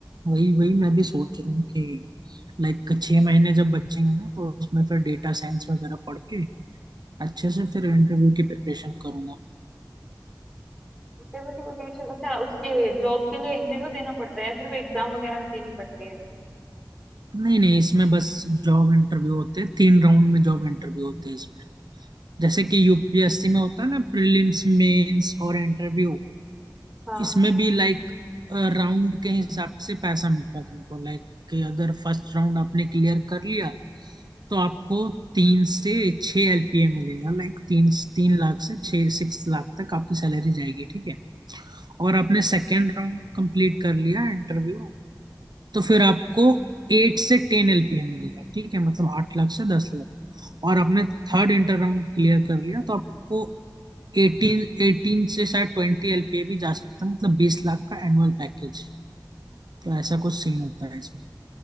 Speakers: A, on the right; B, in the centre.
A: वही वही मैं भी सोच रहा हूँ कि लाइक छह महीने जब बचेंगे ना तो उसमें फिर डेटा साइंस वगैरह पढ़ के अच्छे
B: लिए
A: से फिर इंटरव्यू की प्रिपरेशन करूंगा
B: पेपर की प्रिपरेशन अच्छा उसके जॉब के लिए इंटरव्यू देना पड़ता है या फिर कोई एग्जाम वगैरह भी देनी पड़ती है
A: नहीं नहीं इसमें बस जॉब इंटरव्यू होते हैं तीन राउंड में जॉब इंटरव्यू होते हैं इसमें जैसे कि यूपीएससी में होता है ना प्रीलिम्स मेंस और इंटरव्यू
B: हाँ
A: इसमें भी लाइक राउंड के हिसाब से पैसा मिलता है तुमको लाइक कि अगर फर्स्ट राउंड आपने क्लियर कर लिया तो आपको तीन से छह एलपीए मिलेगा लाइक तीन तीन लाख से छह सिक्स लाख तक आपकी सैलरी जाएगी ठीक है और आपने सेकेंड राउंड कंप्लीट कर लिया इंटरव्यू तो फिर आपको एट से टेन एलपीए मिलेगा ठीक है मतलब आठ लाख से दस लाख और आपने थर्ड इंटर राउंड क्लियर कर लिया तो आपको एटीन एटीन से शायद ट्वेंटी एलपीए भी जा सकता है मतलब बीस लाख का एनुअल पैकेज तो ऐसा कुछ सीन होता है इसमें